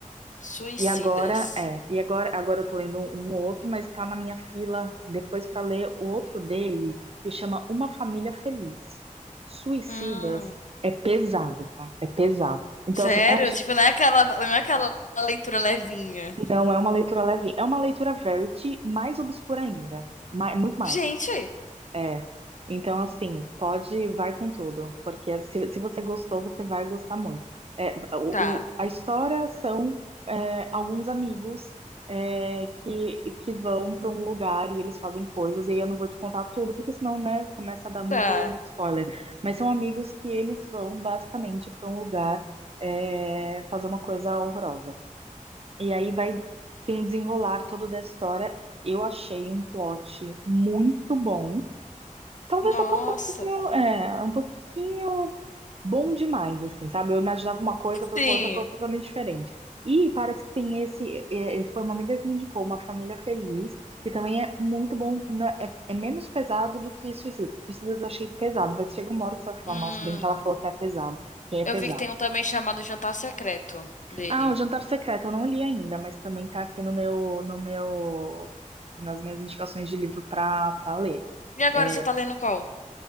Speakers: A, on the left (about 65°); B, on the right (about 45°).
A: Suicidas.
B: E agora, é, e agora, agora eu tô lendo um um outro, mas tá na minha fila depois para ler o outro dele, que chama Uma Família Feliz. Suicidas
A: Hum.
B: é pesado, tá? É pesado. Então,
A: Sério?
B: assim, é um,
A: Tipo, não é aquela, não é aquela leitura levinha.
B: não é uma leitura leve, é uma leitura verity mais obscura ainda, ma- muito mais.
A: Gente,
B: É. Então, assim, pode, vai com tudo, porque se, se você gostou, você vai gostar muito. É, o,
A: tá,
B: o- a história são é, alguns amigos é, que, que vão para um lugar e eles fazem coisas, e aí eu não vou te contar tudo, porque senão, né, começa a dar muito,
A: tá.
B: muito spoiler. Mas são amigos que eles vão basicamente para um lugar é, fazer uma coisa horrorosa. E aí vai, tem um desenrolar todo da história. Eu achei um plot muito bom. Talvez
A: Nossa.
B: até um pouquinho, é, um pouquinho bom demais, assim, sabe? Eu imaginava uma coisa, foi
A: Sim.
B: com outra coisa totalmente diferente. E parece que tem esse, é, é, foi uma amiga que me indicou, Uma Família Feliz, que também é muito bom, não- é, é menos pesado do que Suicida. Suicida eu achei pesado, vai chegar uma hora que você vai falar,
A: Hum.
B: nossa, bem que ela falou que é pesado, que é
A: Eu
B: pesado.
A: vi que tem um também chamado Jantar Secreto dele.
B: Ah, O Jantar Secreto, eu não li ainda, mas também tá aqui no meu, no meu, nas minhas indicações de livro pra, pra ler.
A: E agora
B: É,
A: você tá lendo qual?